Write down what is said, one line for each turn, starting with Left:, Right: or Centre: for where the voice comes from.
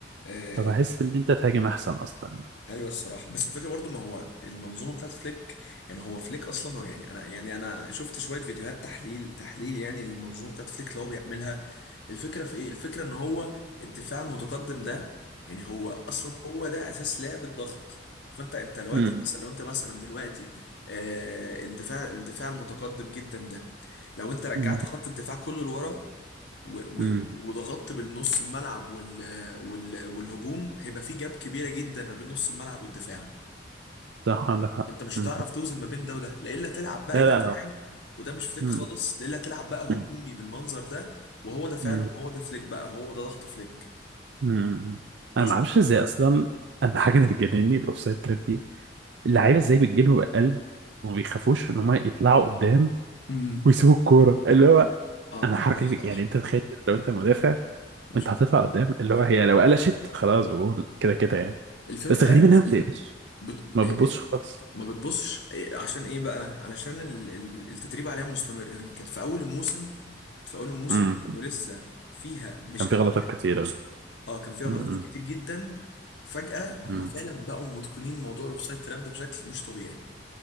Left: آه،
Right: فبحس ان انت تهاجم احسن اصلا
Left: ايوه الصراحه بس الفكره برضو ما هو المنظومه بتاعت فليك يعني هو فليك اصلا هو يعني انا يعني انا شفت شويه فيديوهات تحليل تحليل يعني للمنظومه بتاعت فليك اللي هو بيعملها الفكره في ايه الفكره ان هو الدفاع المتقدم ده يعني هو اصلا هو ده اساس لعب الضغط فانت انت دلوقتي
Right: مم.
Left: مثلا لو انت مثلا دلوقتي آه الدفاع الدفاع المتقدم جدا ده لو انت رجعت
Right: مم.
Left: خط الدفاع كله لورا و- و-
Right: مم.
Left: وضغطت بالنص الملعب وال وال والهجوم هيبقى في جاب كبيره جدا ما بين نص الملعب والدفاع
Right: صح عندك حق
Left: انت مش
Right: مم.
Left: هتعرف توزن ما بين ده وده لا الا تلعب بقى
Right: لا
Left: دفاعي
Right: بعيدا لا
Left: وده مش فليك
Right: مم.
Left: خالص لا الا تلعب بقى هجومي
Right: مم.
Left: بالمنظر ده وهو ده فعلا
Right: مم.
Left: هو ده فليك بقى هو ده ضغط فليك
Right: مم.
Left: بس
Right: انا ما اعرفش ازاي اصلا انا حاجه اللي بتجنني الاوفسايد تراب دي اللعيبه ازاي بتجيلهم قلب وما بيخافوش ان هم يطلعوا قدام
Left: امم
Right: ويسيبوا الكوره اللي هو
Left: اه
Right: انا
Left: مش
Right: الحركه
Left: عارف صراحه
Right: دي يعني انت تخيل كده لو انت مدافع
Left: مش
Right: وانت
Left: عارف
Right: هتطلع قدام اللي هو هي لو قلشت خلاص بجون كده كده يعني
Left: الفكره
Right: بس غريب
Left: الف...
Right: انها ما بتقلش
Left: بت...
Right: ما بتبصش
Left: آه،
Right: خالص
Left: ما بتبصش إيه- عشان ايه بقى علشان ال- ال- التدريب عليها مستمر يعني كانت في اول الموسم كانت في اول الموسم
Right: مم.
Left: كانوا لسه فيها مش
Right: كان في
Left: قد
Right: غلطات كتيره
Left: اه كان فيها
Right: مم.
Left: غلطات كتير جدا فجأة هم
Right: مم.
Left: فعلا بقوا متقنين موضوع الاوفسايد تراب ده بشكل مش طبيعي